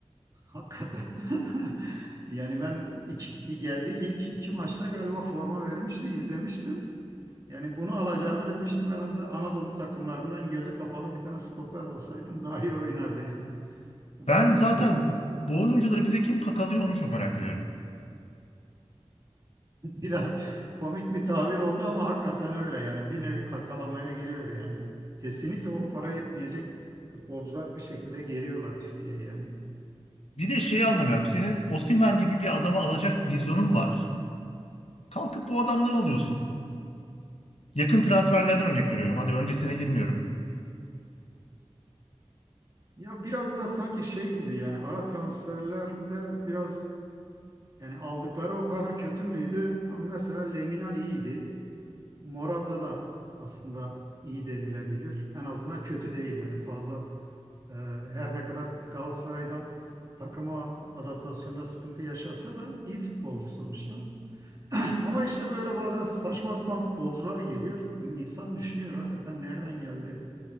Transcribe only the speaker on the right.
Hakikaten. <laughs> Yani ben iki, geldiği ilk iki maçta galiba forma vermişti, izlemiştim. Yani bunu alacağına demiştim herhalde Anadolu takımlarından gözü kapalı bir tane stoper alsaydın daha iyi oynardı yani. Yani
Bu kadar
dokuz.
<laughs> Biraz komik bir tabir oldu ama hakikaten öyle yani bir nevi kakalamaya giriyor yani. Kesinlikle o para etmeyecek futbolcular bir şekilde geliyorlar Türkiye'ye yani.
Ya biraz da sanki şey gibi yani ara transferlerde biraz Yani aldıkları o kadar kötü müydü? Ama mesela Lemina iyiydi. Morata da aslında iyi denilebilir. En azından kötü değil yani fazla. e, her ne kadar Galatasaray'da takıma adaptasyonda sıkıntı yaşasa da iyi futbolcu sonuçta. <clears throat> Ama işte böyle bazen saçma sapan futbolcular geliyor. Hani insan düşünüyor hakikaten nereden geldi?